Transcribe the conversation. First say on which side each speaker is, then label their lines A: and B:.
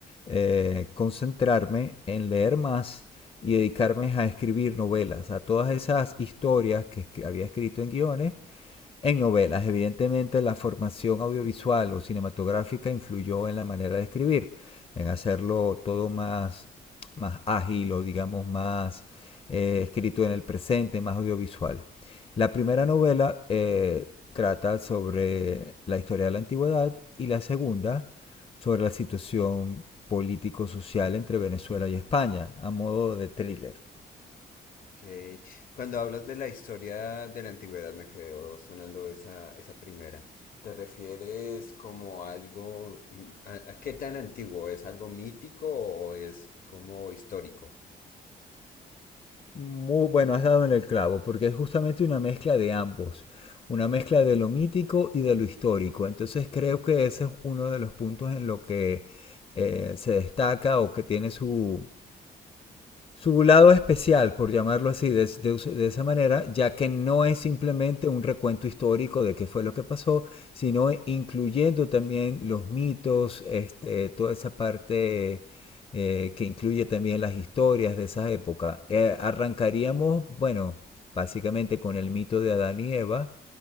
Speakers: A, on the left; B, on the left.
A: eh, concentrarme en leer más y dedicarme a escribir novelas, a todas esas historias que había escrito en guiones, en novelas. Evidentemente la formación audiovisual o cinematográfica influyó en la manera de escribir, en hacerlo todo más, más ágil o digamos más eh, escrito en el presente, más audiovisual. La primera novela eh, trata sobre la historia de la antigüedad y la segunda sobre la situación político-social entre Venezuela y España, a modo de thriller.
B: Ok. Cuando hablas de la historia de la antigüedad, me quedó sonando esa, esa primera. ¿Te refieres como algo, mm, a a qué tan antiguo? ¿Es algo mítico o es como histórico?
A: Muy bueno, has dado en el clavo, porque es justamente una mezcla de ambos, una mezcla de lo mítico y de lo histórico. Entonces creo que ese es uno de los puntos en lo que eh, se destaca o que tiene su, su lado especial, por llamarlo así, de, de- de esa manera, ya que no es simplemente un recuento histórico de qué fue lo que pasó, sino incluyendo también los mitos, este, toda esa parte eh, que incluye también las historias de esa época. Eh, arrancaríamos, bueno, básicamente con el mito de Adán y Eva